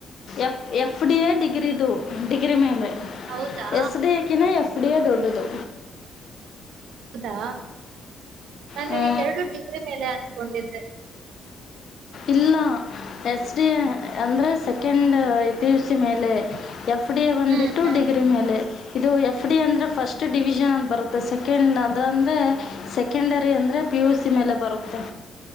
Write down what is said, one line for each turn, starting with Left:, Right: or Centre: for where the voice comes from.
Left: ಎಫ್ ಎಫ್ ಡಿ ಎ ಡಿಗ್ರಿದು ಡಿಗ್ರಿ ಮೇಲೆ
Right: ಹೌದಾ
Left: ಎಸ್ ಡಿ ಎ ಕಿ ನ ಎಫಡಿಯ ದೊಡ್ಡದು
Right: ಹೌದಾ ನಾನು
Left: ಹ್ಞೂ
Right: ಎರಡು ಡಿಗ್ರಿ ಮೇಲೆ ಅನ್ಕೊಂಡಿದ್ದೆ
Left: ಇಲ್ಲ ಎಸ್ ಡಿ ಅಂದ್ರೆ ಸೆಕೆಂಡ್ ಪಿ ಯು ಸಿ ಮೇಲೆ ಎಫ್ ಎಫ್ ಡಿ ಎ ಬಂದ್ಬಿಟ್ಟು
Right: ಹ್ಮ್
Left: ಡಿಗ್ರಿ ಮೇಲೆ ಇದು ಎಫ್ ಡಿ ಎ ಅಂದ್ರೆ ಫಸ್ಟ್ ಡಿವಿಷನ್ ಅಂದ ಬರುತ್ತೆ ಸೆಕೆಂಡ್ ಅದ ಅಂದ್ರೆ ಸೆಕೆಂಡರಿ ಅಂದ್ರೆ ಪಿ ಯು ಸಿ ಮೇಲೆ ಬರುತ್ತೆ